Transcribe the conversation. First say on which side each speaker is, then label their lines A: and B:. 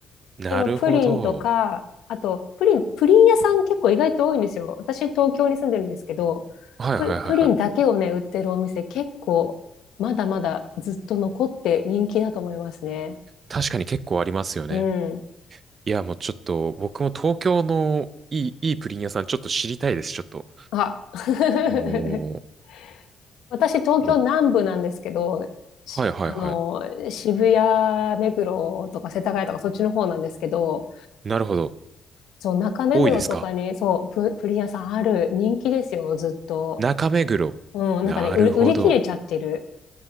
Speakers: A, on the right (about 45°); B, on the left (about 80°).
A: なるほど。
B: でもプリンとか、あと、プリン、プリン屋さん結構意外と多いんですよ。私、東京に住んでるんですけど、
A: はいはいはいはい。
B: プ、プリンだけをね、売ってるお店結構、まだまだずっと残って人気だと思いますね。
A: 確かに結構ありますよね。
B: うん。
A: いや、もうちょっと、僕も東京のいい、いいプリン屋さんちょっと知りたいです、ちょっと。
B: あ、<laughs>
A: も
B: 私、東京南部なんですけど、
A: う、もう
B: しあの、
A: はいはいはい。
B: 渋谷、目黒とか世田谷とかそっちの方なんですけど、
A: なるほど。
B: そう、中目黒とかに、
A: 多いですか
B: そう、プ、プリン屋さんある人気ですよ、ずっと。
A: 中目黒。
B: うん、
A: なるほど。
B: なんかね、売り売り切れちゃってる。